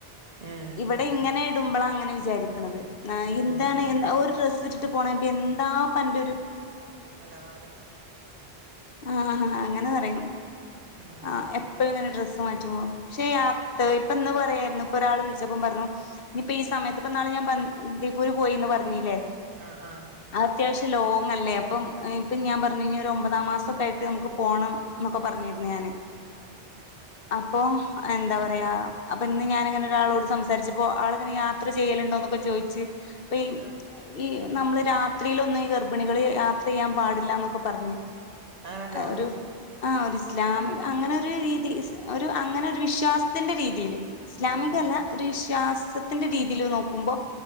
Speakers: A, on the right (about 40°); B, on the left (about 60°).
A: ഏഹ്
B: ഇവടെ ഇങ്ങനെ ഇടുമ്പളാ അങ്ങനെ വിചാരിക്കണത് എന്താണ്
A: ഏഹ്
B: ഒരു ഡ്രസ്ട്ട് ട്ട് പോണേന്പ്പം എന്താപ്പന്റെരു
A: നിലവാരം
B: ആഹ ഹഹ അങ്ങനെ പറയും
A: ഉം
B: ആഹ എപ്പ പ്പഴും ഇങ്ങനെ ഡ്രസ്സ് മാറ്റുമ്പം പക്ഷെ യാത്ര ഇപ്പന്ന് പറായിരുന്നു ഇപ്പം ഒരാൾ വിളിച്ചപ്പം പറഞ്ഞു ഇനിയിപ്പ ഈ സമയത്ത്പ്പന്നാള് ഞാൻ പറഞ്ഞിലെ ബേപൂര് പോയിന്ന് പറഞ്ഞില്ലേ
A: അഹ അഹ
B: അത് അത്യാവശ്യം ലോങ്ങല്ലേ അപ്പം ഞാൻ പറഞ്ഞ് ഇഞ്ഞ് ഒരു ഒമ്പതാം മാസം ഒക്കെ ആയിട്ട് നമുക്ക് പോണം ന്നൊക്കെ പറഞ്ഞിരുന്നു ഞാന്
A: അഹ
B: അപ്പൊ എന്താ പറയാ അപ്പം ഇന്ന് ഞാനിങ്ങനെ ഒരാളോട് സംസാരിച്ചപ്പോ ആളിങ്ങനെ യാ ത്ര ചെയ്യുണ്ടോന്നൊക്കെ ചോയ്ച്ച് ഇപ്പ ഈ
A: ഉണ്ട്
B: ഈ നമ്മള് രാത്രിയിലൊന്നും ഈ ഗർഭിണികള് യാത്ര ചെയ്യാൻ പാടില്ലന്നൊക്കെ പറഞ്ഞ്
A: അങ്ങനെണ്ടോ
B: ഒരു ആഹ ഒരു ഇസ്ലാമിക് അങ്ങനെ ഒരു രീതി ഒരു അങ്ങനെ ഒരു വിശ്വാസത്തിന്റെ രീതി ഇസ്ലാമികല്ല
A: ഉം ഉം
B: ഒരു വിശ്വാസത്തിന്റെ രീതീല് അത് നോക്കുമ്പം